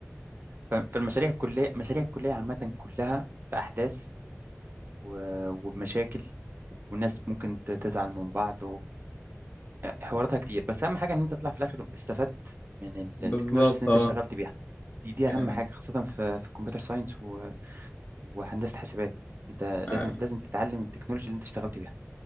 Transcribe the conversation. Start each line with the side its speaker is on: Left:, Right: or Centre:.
Right: ف- فالمشاريع الكلية مشاريع الكلية عامة كلها بأحداث و- وبمشاكل والناس ممكن ت- تزعل من بعض وحواراتها كتير بس أهم حاجة إن أنت تطلع في الآخر استفدت من التكنولوجيز
Left: بالظبط
Right: اللي
Left: اه
Right: أنت اشتغلت بيها دي دي
Left: يعني
Right: أهم حاجة خاصة في في الكمبيوتر ساينس و- وهندسة حاسبات أنت لازم
Left: آه
Right: لازم تتعلم التكنولوجيا اللي أنت اشتغلت بيها